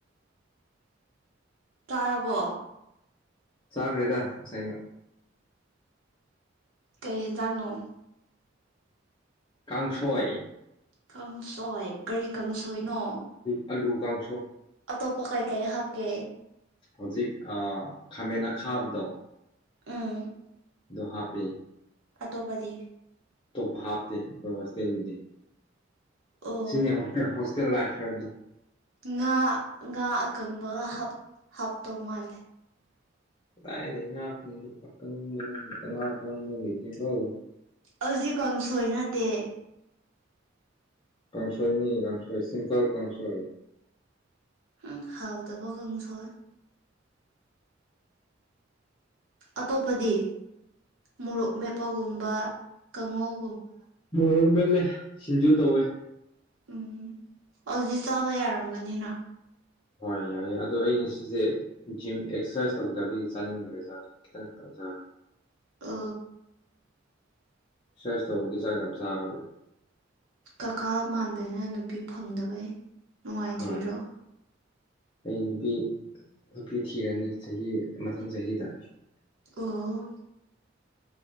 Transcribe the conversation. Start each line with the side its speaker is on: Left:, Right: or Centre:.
Right: ꯇꯥꯔꯔꯕꯣ
Left: ꯆꯥ ꯈꯔꯤꯗ ꯀꯁꯥꯏꯅ
Right: ꯀꯩ ꯌꯦꯦꯟꯖꯥꯡꯅꯣ
Left: ꯀꯥꯡꯁꯣꯏ
Right: ꯀꯥꯡꯪꯁꯣꯏ ꯀꯔꯤ ꯀꯥꯡꯁꯣꯏꯅꯣ
Left: ꯑꯂ ꯀꯥꯎ
Right: ꯑꯇꯣꯞ ꯄ ꯀꯩ ꯀꯩ ꯍꯥꯞꯀꯦ
Left: ꯍꯧꯖꯤꯛ ꯈꯥꯃꯅꯥ ꯈꯥꯕꯗꯣ
Right: ꯎꯝ
Left: ꯣ ꯍꯥꯥ ꯄꯦ
Right: ꯑꯇꯣꯞꯄꯗꯤ
Left: ꯑꯇꯣꯞꯄ ꯍꯥꯞꯇꯦ ꯑꯩꯈꯣꯏ ꯍꯣꯁꯇꯦꯜꯒꯤꯗꯤ
Right: ꯑꯣ
Left: ꯁꯤꯅꯤ ꯆ ꯂꯥꯏ ꯐꯦꯕꯣ
Right: ꯉꯥ ꯉꯥ ꯑꯀꯪꯕꯒ ꯍꯥꯞꯇꯧ ꯃꯥꯜꯂꯦ
Left: ꯀꯗꯥꯥꯏ ꯉ ꯉ ꯀꯪꯕ ꯍꯣ
Right: ꯍꯧꯗꯤ ꯀꯥꯡꯁꯣꯏ ꯅꯠꯇꯦ
Left: ꯀꯥꯡꯁꯣꯏꯅꯤ ꯀꯁꯣꯏ ꯁꯤꯝꯄꯜ ꯀꯥꯡꯁꯣꯏ
Right: ꯎ ꯍꯥꯎꯗꯕꯣ ꯀꯥꯡꯉꯁꯣꯔ ꯑꯇꯣꯞꯄꯗꯤ ꯃꯣꯔꯣꯛ ꯃꯦꯠꯄꯒꯨꯝꯕ ꯀꯥꯡꯉꯧ
Left: ꯃꯣꯔꯣꯡ ꯃꯦꯜꯂꯦ ꯁꯤꯡꯖꯨ ꯇꯧꯋꯦ
Right: ꯎꯝ ꯍꯧꯗꯤ ꯆꯥꯕ ꯌꯥꯔꯝꯒꯅꯤꯅ
Left: ꯍꯣꯏ ꯌꯥꯏꯌꯦꯦ ꯑꯗꯣ ꯑꯩ ꯉꯁꯤꯁꯦ ꯖꯤꯝ ꯑꯦꯛꯁꯔꯁꯥꯏꯁ ꯇꯧꯗꯕꯒꯤ ꯆꯥꯅꯤꯡꯗ꯭ꯔꯦꯖꯥꯠ ꯈꯤꯇꯪ ꯑꯆꯥ
Right: ꯑ
Left: ꯁ꯭ꯦꯁꯇ ꯗꯤ ꯆꯒ ꯑꯦꯝꯁ ꯑꯅꯦꯔꯤ
Right: ꯀꯀꯥ ꯃꯥꯟꯕꯅꯤꯅ ꯅꯨꯄꯤ ꯐꯪꯗꯕꯩ ꯅꯨꯡꯉꯥꯏꯇ꯭ꯔꯤꯔꯣ
Left: ꯍꯣꯏ ꯑꯩ ꯅꯨꯄꯤ ꯅꯨꯄꯤ ꯊꯤꯔꯅꯤ ꯆꯍꯤ ꯃꯊꯪ ꯆꯍꯤꯗ
Right: ꯑꯣ